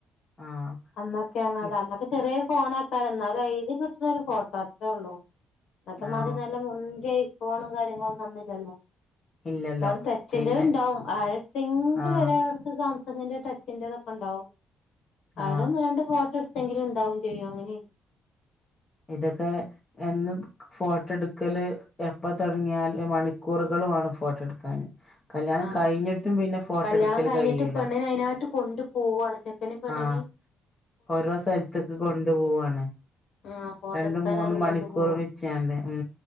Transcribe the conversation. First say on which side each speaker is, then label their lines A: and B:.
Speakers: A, on the left; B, on the left.
A: ആഹ്
B: അന്നൊക്കെയ
A: ഇപ്
B: അന്നൊക്കെ ചെറിയ ഫോൺക്ക എന്നാലും അയി ഒരു ഫോട്ടോ അത്രേ ഉള്ളൂ ഇന്നത്തെ
A: ആഹ്
B: മതിരി നല്ല മുൻന്തി ഫോണും കാര്യങ്ങളും ഒന്നും അന്നില്ലല്ലോ
A: ഇല്ലല്ലോ
B: ന ടച്ചിന്റെ
A: പിന്നെ
B: ഉണ്ടാവും ആരത്തെങ്കിലും
A: ആഹ്
B: ഒരാൾടത്ത് സം സങ്ങിന്റെ ടച്ചിന്റെതൊക്കെ ഉണ്ടാവും അയിലൊന്ന്
A: ആഹ്
B: രണ്ട് ഫോട്ടോ എടു എന്തെങ്കിലും ഉണ്ടാവും ചെയ്യും അങ്ങനെ
A: ഇതൊക്കെ എന്നും ഫോട്ടോ എടു ക്കല് എപ്പ തുടങ്ങിയാല് മണിക്കൂറുകളുമാണ് ഫോട്ടോ എടുക്കാന്. കല്യാണം
B: ആ
A: കഴിഞ്ഞിട്ടും പിന്നെ ഫോട്ടോ
B: കല്ല്യാണം
A: എടുക്കല്
B: കഴിഞ്ഞിട്ട്
A: കഴിയൂല
B: പെണ്ണിനെ അയിതിനാട്ട് കൊണ്ട് പോവുവാണ് ചെക്കന് പെണ്ണ്
A: ആഹ്
B: ണിന്
A: ഓരോ സ്ഥലത്തേക്ക് കൊണ്ടു പോവാണ്.
B: ആഹ് ഫോട്ടോ
A: രണ്ട്
B: എടുക്കാനാണ്
A: മൂന്ന് മണിക്കൂർ
B: കൊണ്ടു പോവാ
A: വിച്ചണ്ട് ഉം